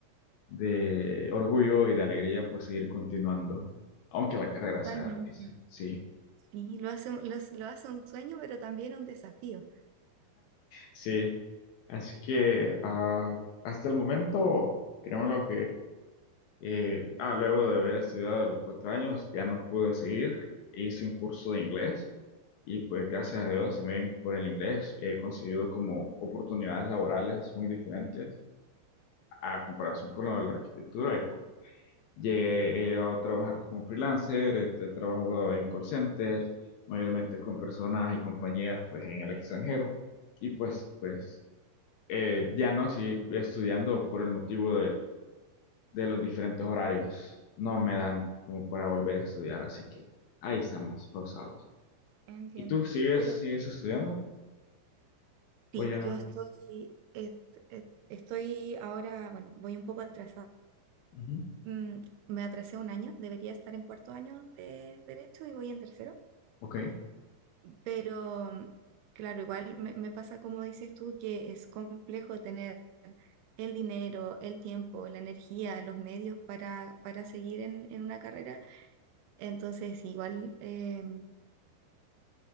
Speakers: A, on the left; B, on the right.
A: de orgullo y de alegría, pues seguir continuando, aunque la carrera
B: Totalmente.
A: sea difícil. Sí,
B: Sí, lo hace, un- los- lo hace un sueño, pero también un desafío.
A: sí. Así que ah, hasta el momento, créeme lo que... Eh, ah, luego de haber estudiado a los cuatro años, ya no pude seguir. Hice un curso de inglés y pues gracias a Dios también por el inglés he conseguido como oportunidades laborales muy diferentes a comparación con lo de la arquitectura y pues llegué a trabajar como freelancer, he, he trabajado en call centers, mayormente con personas y compañías pues en el extranjero y pues, pues eh, ya no seguí estudiando por el motivo de los diferentes horarios no me dan como para volver a estudiar, así que ahí estamos, pausados.
B: Entiendo.
A: ¿Y tú sigues,
B: Pero
A: sigues estudiando?
B: sí,
A: O ya.
B: yo estoy, et- et- estoy ahora, bueno, voy un poco atrasada.
A: Ujú,
B: Mm, me atrasé un año, debería estar en cuarto año de derecho y voy en tercero.
A: Ok,
B: Pero mm, claro, igual me, me pasa como dices tú, que es complejo tener el dinero, el tiempo, la energía, los medios para, para seguir en, en una carrera. Entonces, igual... em,